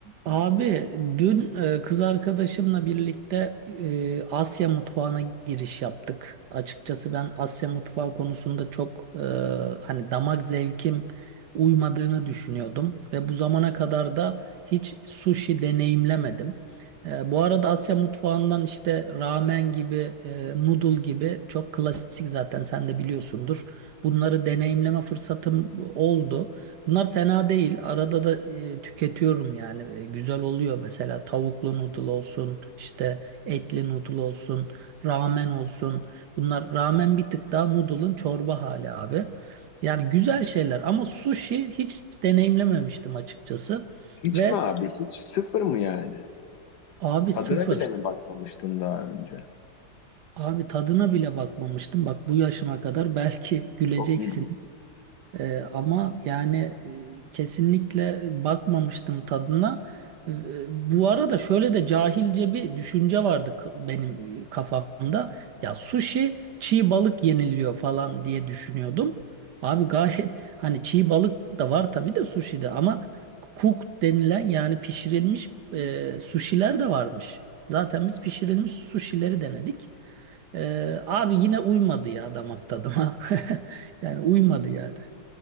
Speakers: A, on the right; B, on the left.
A: Abi dün e, kız arkadaşımla birlikte e, Asya mutfağına giriş yaptık. Açıkçası ben Asya mutfağı konusunda çok e, hani damak zevkim uymadığını düşünüyordum ve bu zamana kadar da hiç sushi deneyimlemedim. E, bu arada Asya mutfağından işte ramen gibi, e, noodle gibi çok klasik zaten sen de biliyorsundur. Bunları deneyimleme fırsatım oldu. Bunlar fena değil. Arada da e, tüketiyorum yani. E, güzel oluyor mesela tavuklu noodle olsun, işte etli noodle olsun, ramen olsun. Bunlar ramen bir tık daha noodle'ın çorba hali abi. Yani güzel şeyler ama sushi hiç deneyimlememiştim açıkçası.
B: Hiç
A: Ve
B: mi abi? Hiç sıfır mı yani?
A: abi
B: Tadına
A: sıfır.
B: bile mi bakmamıştın daha önce?
A: Abi tadına bile bakmamıştım. Bak bu yaşıma kadar belki <laughs> güleceksiniz.
B: Çok iyi.
A: Ee, ama yani e, kesinlikle bakmamıştım tadına. Ee, bu arada şöyle de cahilce bir düşünce vardı k- benim kafamda. Ya sushi çiğ balık yeniliyor falan diye düşünüyordum. Abi gayet <laughs> hani çiğ balık da var tabii de sushi'de ama cooked denilen yani pişirilmiş e, sushi'ler de varmış. Zaten biz pişirilmiş sushi'leri denedik. Ee, abi yine uymadı ya damak tadıma. <laughs> Yani uymadı yani.